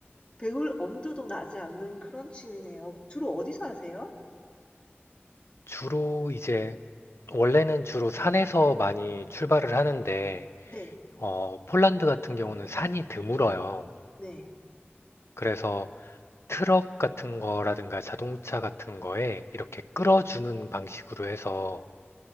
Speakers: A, on the left (about 25°); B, on the left (about 80°).
A: 배울 엄두도 나지 않는 그런 취미네요. 주로 어디서 하세요?
B: 주로 이제, 원래는 주로 산에서 많이 출발을 하는데,
A: 네.
B: 어, 폴란드 같은 경우는 산이 드물어요.
A: 네.
B: 그래서 트럭 같은 거라든가 자동차 같은 거에 이렇게 끌어주는 방식으로 해서